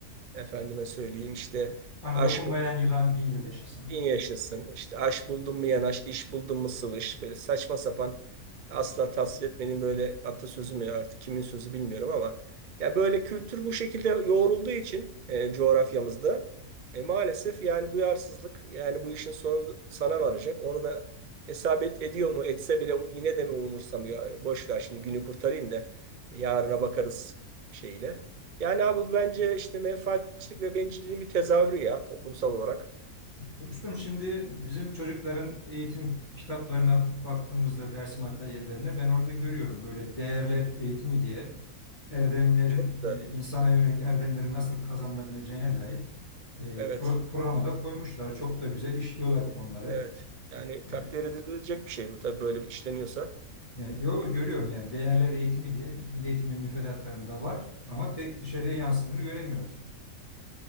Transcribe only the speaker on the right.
Efendime söyleyeyim işte
aş
Bin yaşasın. İşte aş buldun mu yanaş, iş buldun mu sıvış. Böyle saçma sapan asla tasvir etmenin böyle atasözü mü artık kimin sözü bilmiyorum ama ya böyle kültür bu şekilde yoğrulduğu için e, coğrafyamızda e, maalesef yani duyarsızlık yani bu işin sonu sana varacak. Onu da hesap et, ediyor mu etse bile yine de mi umursamıyor. E, Boş ver şimdi günü kurtarayım da yarına bakarız şeyle. Yani abi bu bence işte menfaatçilik ve bencilliğin bir tezahürü ya toplumsal olarak.
Çok
da
Evet,
evet. Yani takdir
edilecek bir şey bu tabii böyle bir işleniyorsa.